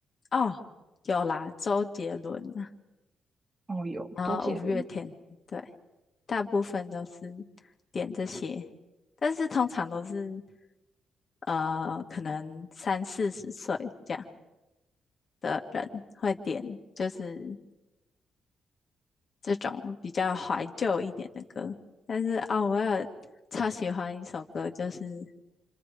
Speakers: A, on the left (about 50°); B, on the right (about 25°).
A: 哦，有啦，周杰伦啊，
B: 哦哟，
A: 然后五月天，
B: 周杰伦，
A: 对，大部分都是点这些，但是通常都是。呃，可能三四十岁这样的人会点，就是这种比较怀旧一点的歌。但是哦，我有超喜欢一首歌，就是